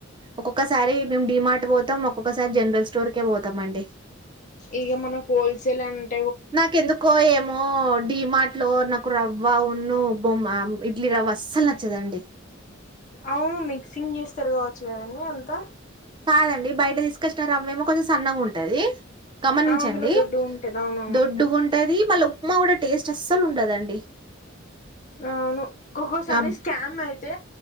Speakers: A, on the right (about 25°); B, on the left (about 40°).
A: ఒక్కొక్కసారి మేము డిమార్ట్ పోతాం ఒక్కొక్కసారి జనరల్ స్టోర్కే పోతాం అండి.
B: ఇగ మనకు హోల్సేల్ అంత
A: నాకెందుకో ఏమో డీమాార్ట్ లో నాకు రవ్వ ఉన్ను బొంబా ఇడ్లీ రవ్వ అస్సలు నచ్చదండి.
B: అవును మిక్సింగ్ చేస్తారు కావచ్చు కదండి అంత
A: కాదండి బయట తీసుకొచ్చిన రవ్వేమో కొంచెం సన్నగ ఉంటది. గమనించండి
B: ఆ అందులో దొడ్డు ఉంటది అవునవును
A: దొడ్డుగుంటది. మళ్ళ ఉప్మా కూడా టేస్ట్ అస్సలు ఉండదండి.
B: అవును ఒక్కక్కోసారి
A: ఆ
B: స్కామ్ అయితే